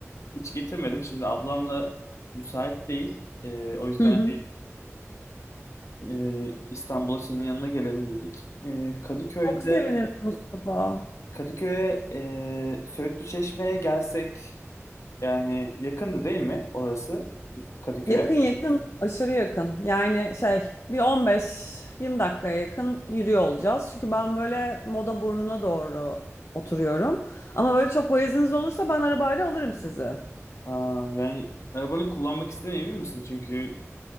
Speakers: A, on the left; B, on the left.
A: Hiç getirmedim. Şimdi ablamla müsait değil. Ee, o yüzden
B: Hı hı.
A: e, İstanbul'a senin yanına gelelim dedik. Ee, Kadıköy'de
B: Çok sevinirim Mustafa.
A: Kadıköy'e e, Söğütlü Çeşme'ye gelsek yani yakındı değil mi orası Kadıköy'e?
B: Yakın yakın aşırı yakın. Yani şey bir 15-20 dakikaya yakın yürüyor olacağız. Çünkü ben böyle moda burnuna doğru oturuyorum. Ama böyle çok valiziniz olursa ben arabayla alırım sizi.
A: Aa, yani arabanı kullanmak istemiyor misin? Çünkü